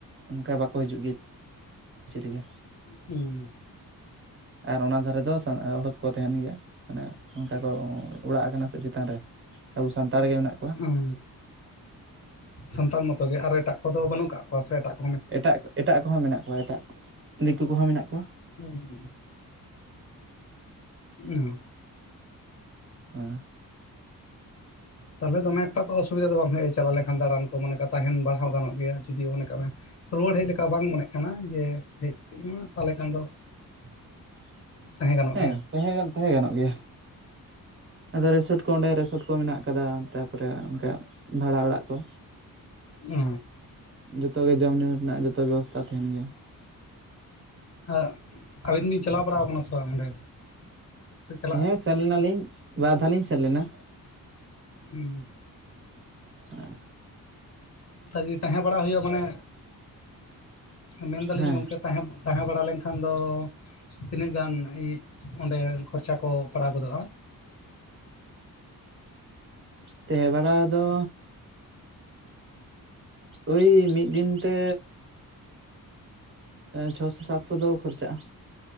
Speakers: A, on the right (about 35°); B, on the left (about 45°).
A: ᱚᱱᱠᱟ ᱵᱟᱠᱚ ᱦᱤᱡᱩᱜ ᱜᱮᱭᱟ ᱪᱮᱫ ᱜᱮ
B: ᱦᱩᱸ
A: ᱟᱨ ᱚᱱᱟ ᱫᱷᱟᱨᱮ ᱫᱚ ᱦᱚᱲ ᱠᱚᱠᱚ ᱛᱟᱦᱮᱱ ᱜᱮᱭᱟ ᱢᱟᱱᱮ ᱚᱱᱠᱟ ᱠᱚ ᱚᱲᱟᱜ ᱠᱟᱱᱟ ᱥᱮ ᱪᱮᱛᱟᱱ ᱨᱮ ᱟᱵᱚ ᱥᱟᱱᱛᱟᱲ ᱜᱮ ᱢᱮᱱᱟᱜ ᱠᱚᱣᱟ
B: ᱦᱩᱸ ᱥᱟᱱᱛᱟᱲ ᱢᱚᱛᱚ ᱜᱮ ᱟᱨᱚ ᱮᱴᱟᱜ ᱠᱚᱫᱚ ᱵᱟᱹᱱᱩᱜ ᱠᱟᱜ ᱠᱚᱣᱟ ᱥᱮ ᱮᱴᱟᱜ ᱠᱚ
A: ᱮᱴᱟᱜ ᱮᱴᱟᱜ ᱠᱚᱦᱚᱸ ᱢᱮᱱᱟᱜ ᱠᱚᱣᱟ ᱮᱴᱟᱜ ᱫᱤᱠᱩ ᱠᱚᱦᱚᱸ ᱢᱮᱱᱟᱜ ᱠᱚᱣᱟ
B: ᱦᱮᱸ ᱚ
A: ᱦᱸ <inaudible>
B: ᱛᱟᱦᱚᱞᱮ ᱫᱚᱢᱮ ᱮᱠᱴᱟ ᱛᱚ ᱚᱥᱩᱵᱷᱤᱫᱟ ᱫᱚ ᱵᱟᱝ ᱦᱩᱭᱩᱜᱼᱟ ᱪᱟᱞᱟᱣ ᱞᱮᱠᱷᱟᱱ ᱫᱟᱬᱟᱱ ᱠᱚ ᱢᱚᱱᱮ ᱛᱟᱦᱮᱱ ᱵᱟᱲᱦᱟᱣ ᱜᱟᱱᱚᱜ ᱜᱮᱭᱟ ᱡᱩᱫᱤ ᱢᱚᱱᱮ ᱠᱟᱜ ᱢᱮ ᱨᱩᱣᱟᱹᱲ ᱦᱮᱡ ᱞᱮᱠᱟ ᱵᱟᱝ ᱢᱚᱱᱮᱜ ᱠᱟᱱᱟ ᱡᱮ ᱦᱮᱡ ᱛᱟᱦᱚᱞᱮ ᱠᱷᱟᱱ ᱫᱚ
A: <inaudible>
B: ᱛᱟᱦᱮᱸ ᱜᱟᱱᱚᱜ
A: ᱦᱮᱸ
B: ᱜᱮᱭᱟ
A: ᱛᱟᱦᱮᱸᱟᱱ ᱛᱟᱦᱮᱸ ᱜᱟᱱᱚᱜ ᱜᱮᱭᱟ ᱟᱫᱚ ᱨᱮᱥᱚᱨᱚᱴ ᱠᱚ ᱚᱸᱰᱮ ᱨᱮᱥᱚᱨᱴ ᱠᱚ ᱢᱮᱱᱟᱜ ᱠᱟᱫᱟ ᱛᱟᱨᱯᱚᱨᱮ ᱚᱱᱠᱟ ᱵᱷᱟᱲᱟ ᱚᱲᱟᱜ ᱠᱚ
B: ᱚ
A: ᱡᱚᱛᱚᱜᱮ ᱡᱚᱢᱼ ᱧᱩᱩ ᱨᱮᱱᱟᱜ ᱡᱚᱛᱚ ᱵᱮᱵᱚᱥᱛᱷᱟ ᱛᱟᱦᱮᱱ ᱜᱮᱭᱟ
B: ᱦ ᱟᱹᱵᱤᱱ ᱵᱤᱱ ᱪᱟᱞᱟᱣ ᱵᱟᱲᱟᱣ ᱠᱟᱱᱟ ᱥᱮ ᱵᱟᱝ ᱚᱸᱰᱮ ᱥᱮ ᱪᱟᱞᱟᱜ
A: ᱦᱮᱸ ᱥᱮᱱ ᱞᱮᱱᱟᱞᱤᱧ ᱵᱟᱨ ᱫᱷᱟᱣ ᱞᱤᱧ ᱥᱮᱱ ᱞᱮᱱᱟ
B: ᱦᱮᱸ
A: ᱟ
B: ᱥᱟᱹᱨᱤ ᱛᱟᱦᱮᱸ ᱵᱟᱲᱟ ᱦᱩᱭᱩᱜᱼᱟ ᱢᱟᱱᱮ ᱢᱮᱱᱫᱟᱞᱤᱧ
A: ᱦᱮᱸ
B: ᱜᱚᱝᱠᱮ ᱛᱟᱦᱮᱸ ᱛᱟᱦᱮᱸ ᱵᱟᱲᱟ ᱞᱮᱱᱠᱷᱟᱱ ᱠᱷᱟᱱ ᱫᱚ ᱛᱤᱱᱟᱹᱜ ᱜᱟᱱ ᱚᱸᱰᱮ ᱠᱷᱚᱨᱪᱟ ᱠᱚ ᱯᱟᱲᱟᱣ ᱜᱚᱫᱚᱜᱼᱟ
A: ᱛᱟᱦᱮᱸ ᱵᱟᱲᱟ ᱫᱚ ᱳᱭ ᱢᱤᱫ ᱫᱤᱱᱛᱮ ᱪᱷᱚ ᱥᱚ ᱥᱟᱛ ᱥᱚ ᱫᱚ ᱠᱷᱚᱨᱪᱟᱜᱼᱟ